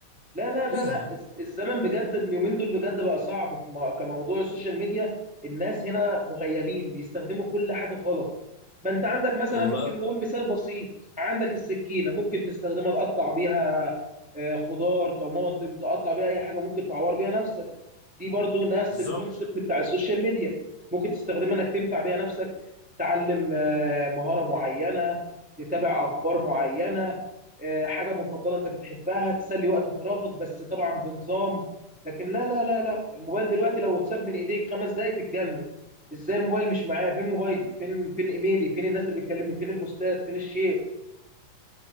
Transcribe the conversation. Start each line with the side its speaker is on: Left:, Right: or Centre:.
Centre: لا لا لا
Left: ايه ده
Centre: لا الز- الزمن بجد اليومين دول بجد بقى صعب في م- كموضوع السوشيال ميديا الناس هنا مغيبين بيستخدموا كل حاجة غلط ما انت عندك مثلا
Left: والله
Centre: ممكن نقول مثال بسيط عندك السكينة ممكن تستخدمها تقطع بيها آه، خضار طماطم تقطع بيها اي حاجة ممكن تعور بيها نفسك دي برضو نفس
Left: بالظبط
Centre: الكونسبت بتاع السوشيال ميديا ممكن تستخدمها انك تنفع بيها نفسك تعلم آه، مهارة معينة تتابع اخبار معينة آه، حاجة مفضلة انت بتحبها تسلي وقت فراغك بس طبعا بنظام لكن لا لا لا لا الموبايل دلوقتي لو اتساب من ايديك خمس دقايق تتجنن ازاي الموبايل مش معايا فين موبايلي فين فين ايميلي فين الناس اللي بتكلمني فين البوستات فين الشير